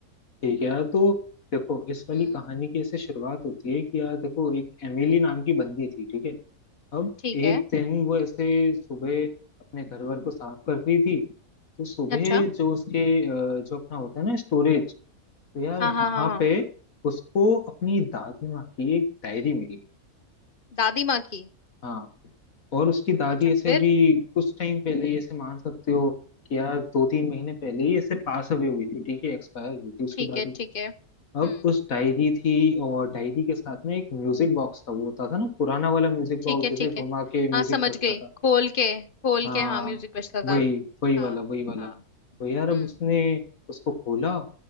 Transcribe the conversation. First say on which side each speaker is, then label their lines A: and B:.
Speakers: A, on the left; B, on the left.
A: ठीक है यार तो देखो इस वाली
B: हम्म।
A: कहानी की ऐसे शुरुआत होती है कि यार देखो एक एमिली नाम की बंदी थी ठीक है अब
B: ठीक
A: एक
B: है
A: दिन वो ऐसे सुबह अपने घर वर को साफ कर रही थी तो सुबह
B: अच्छा
A: जो उसके अ, जो अपना होता है ना स्टोरेज तो यार
B: हाँ हाँ
A: वहां
B: हाँ हाँ
A: पे उसको अपनी दादी माँ की एक डायरी मिली
B: दादी माँ की
A: हाँ और उसकी दादी
B: अच्छा फिर
A: ऐसे अभी कुछ टाइम पहले ही ऐसे मान सकते हो कि यार दो तीन महीने पहले ही ऐसे पास अवे हुई थी ठीक है एक्सपायर हुई थी उसकी
B: ठीक
A: दादी
B: है ठीक है हम्म
A: अब उस डायरी थी और डायरी के साथ में एक म्यूजिक बॉक्स था वो होता था ना पुराना वाला म्यूजिक
B: ठीक
A: बॉक्स
B: है ठीक
A: जैसे घुमा
B: है
A: के
B: हाँ
A: म्यूजिक
B: समझ
A: बजता
B: गई
A: था
B: खोल के खोल
A: हाँ
B: के हाँ म्यूजिक बजता
A: वही
B: था
A: वही
B: हाँ
A: वाला वही वाला
B: हाँ
A: तो यार अब
B: हम्म
A: उसने उसको खोला